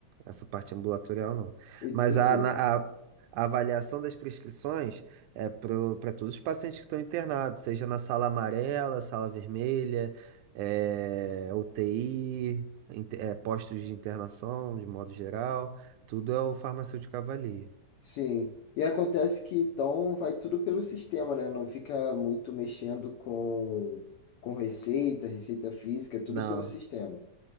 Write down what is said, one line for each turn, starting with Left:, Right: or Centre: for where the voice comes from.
Right: essa parte ambulatorial, não.
Left: entendi.
Right: Mas a, na- a- a avaliação das prescrições é para todos os pacientes que estão internados, seja na sala amarela, sala vermelha, é, UTI, inte- é, postos de internação, de modo geral, tudo é o farmacêutico avalia.
Left: Sim. E acontece que então vai tudo pelo sistema, né? Não fica muito mexendo com, com receita, receita física, é tudo
Right: Não.
Left: pelo sistema.